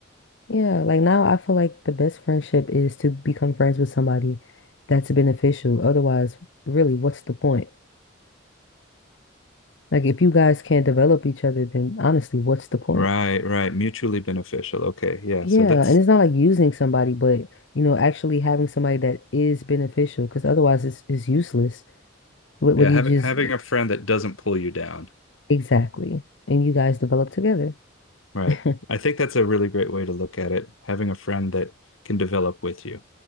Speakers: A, on the left; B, on the left.
A: Yeah. Like now, I feel like the best friendship is to become friends with somebody that's beneficial. Otherwise, really, what's the point? Like if you guys can't develop each other, then honestly, what's the point?
B: Right, right. Mutually beneficial. Okay. Yeah.
A: Yeah,
B: So that's
A: and it's not like using somebody, but you know, actually having somebody that is beneficial, because otherwise it's it's useless. What
B: yeah,
A: what do
B: having
A: you just
B: having a friend that doesn't pull you down.
A: exactly? And you guys develop together.
B: Right.
A: <laughs>
B: I think that's a really great way to look at it. Having a friend that can develop with you.